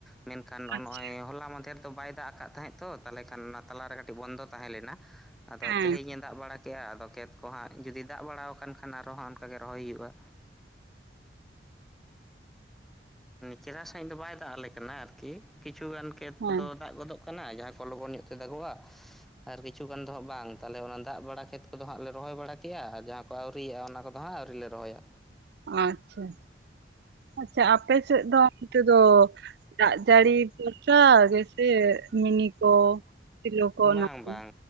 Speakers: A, in the centre; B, on the right.
A: ᱢᱮᱱᱠᱷᱟᱱ ᱱᱚᱜᱼᱚᱭ
B: ᱟᱪᱪᱷᱟ,
A: ᱦᱚᱞᱟ ᱢᱟᱫᱷᱮᱨ ᱫᱚ ᱵᱟᱭ ᱫᱟᱜ ᱫ ᱠᱟᱜ ᱛᱟᱦᱮᱸᱜ ᱛᱚ ᱛᱟᱦᱚᱞᱮ ᱠᱷᱟᱱ ᱚᱱᱟ ᱛᱟᱞᱟᱨᱮ ᱠᱟᱹᱴᱤᱡ ᱵᱚᱱᱫᱚ ᱛᱟᱦᱮᱸ ᱞᱮᱱᱟ ᱟᱫᱚ
B: ᱦᱮᱸ
A: ᱛᱮᱦᱤᱧ ᱮ ᱫᱟᱜ ᱵᱟᱲᱟ ᱠᱼᱟ ᱟᱫᱚ ᱠᱷᱮᱛ ᱠᱚᱦᱟᱸᱜ ᱡᱩᱫᱤ ᱫᱟᱜ ᱵᱟᱲᱟᱣ ᱟᱠᱟᱱ ᱠᱷᱟᱱ ᱟᱨᱦᱚᱸ ᱦᱟᱜ ᱚᱱᱠᱟ ᱜᱮ ᱨᱚᱦᱚᱭ ᱵᱟᱲᱟ ᱦᱩᱭᱩᱜᱼᱟ᱾ ᱪᱮᱨᱦᱟ ᱥᱟᱺᱦᱤᱡ ᱫᱚ ᱵᱟᱭ ᱫᱟᱜ ᱟᱞᱮ ᱠᱟᱱᱟ ᱟᱨᱠᱤ ᱠᱤᱪᱷᱩᱜᱟᱱ ᱠᱷᱮᱛ
B: ᱦᱮᱸ
A: ᱠᱚᱫᱚ ᱫᱟᱜ ᱜᱚᱫᱚᱜ ᱠᱟᱱᱟ ᱠᱟᱱᱟ ᱡᱟᱦᱟᱸ ᱠᱚ ᱞᱚᱜᱚᱱ ᱧᱚᱜ ᱛᱮ ᱫᱟᱜᱚᱜ-ᱟ᱾ ᱟᱨ ᱠᱤᱪᱷᱩ ᱜᱟᱱ ᱫᱚ ᱦᱟᱸᱜ ᱵᱟᱝ ᱛᱟᱦᱞᱮ ᱚᱱᱟ ᱫᱟᱜ ᱵᱟᱲᱟ ᱠᱷᱮᱛ ᱠᱚᱫᱚ ᱦᱟᱸᱜ ᱞᱮ ᱨᱚᱦᱚᱭ ᱵᱟᱲᱟ ᱠᱮᱜᱼᱟ ᱟᱨ ᱡᱟᱦᱟᱸ ᱠᱚ ᱟᱹᱣᱨᱤ ᱭᱟᱜᱼᱟ ᱚᱱᱟ ᱠᱚᱫᱚ ᱦᱟᱸᱜ ᱟᱹᱣᱨᱤ ᱞᱮ ᱨᱚᱦᱚᱭᱟ
B: ᱟᱪᱷᱟ-ᱟᱪᱷᱟ, ᱟᱪᱷᱟ ᱟᱯᱮ ᱥᱮᱫ ᱫᱚ ᱚᱱᱛᱮ ᱫᱚ ᱫᱟᱜ ᱡᱟᱹᱲᱤ ᱵᱚᱨᱥᱟ ᱜᱮᱥᱮ ᱢᱤᱱᱤ ᱠᱚ ᱥᱮᱞᱚ ᱠᱚ
A: ᱵᱟᱝ
B: ᱚᱱᱟ ᱠᱚ
A: ᱵᱟᱝ